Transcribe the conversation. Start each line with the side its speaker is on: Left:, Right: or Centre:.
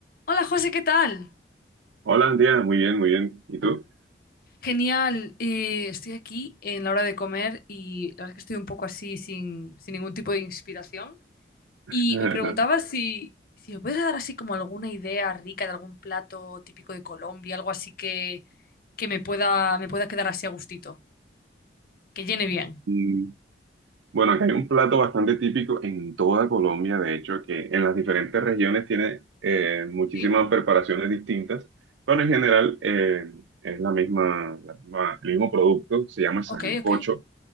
Left: Hola José, ¿qué tal?
Right: Hola, Andrea, muy bien, muy bien. ¿Y tú?
Left: Genial, eh, estoy aquí en la hora de comer y la verdad es que estoy un poco así sin, sin ningún tipo de inspiración. Y
Right: <laughs>
Left: me preguntaba si, si me puedes dar así como alguna idea rica de algún plato típico de Colombia, algo así que, que me pueda, me pueda quedar así a gustito, que llene bien.
Right: Mm, Bueno, acá hay un plato bastante típico en toda Colombia, de hecho, que en las diferentes regiones tiene eh, muchísimas
Left: ¿Sí?
Right: preparaciones distintas, pero en general eh, es la misma, la misma- el mismo producto, se llama sancocho.
Left: Ok, ok.